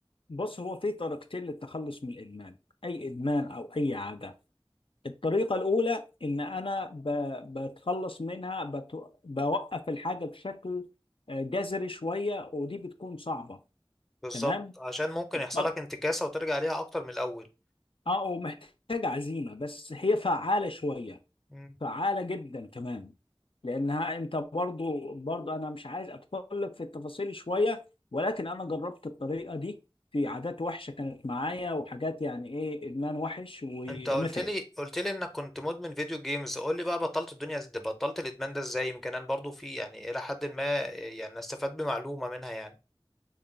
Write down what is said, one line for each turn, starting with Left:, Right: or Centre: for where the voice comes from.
Left: بص هو في طريقتين للتخلص من الادمان اي ادمان او اي عاده الطريقة الأولى إن أنا ب- بتخلص منها بت- بوقف الحاجة بشكل آه، جذري شوية ودي بتكون صعبة
Centre: بالظبط
Left: تمام؟
Centre: عشان ممكن
Left: الطر-
Centre: يحصل لك انتكاسه وترجع ليها اكتر من الاول
Left: اه ومحتاجة عزيمة بس هي فعالة شوية
Centre: مم.
Left: فعالة جدا كمان لأنها أنت برضو برضو أنا مش عايز أتطرق في التفاصيل شوية ولكن أنا جربت الطريقة دي في عادات وحشة كانت معايا وحاجات يعني إيه إدمان وحش ونفعت
Centre: انت قلت لي قلت لي انك كنت مدمن فيديو جيمز قول لي بقى بطلت الدنيا ازاي بطلت الادمان ده ازاي يمكن انا برضو في يعني الى حد ما يعني استفاد بمعلومه منها يعني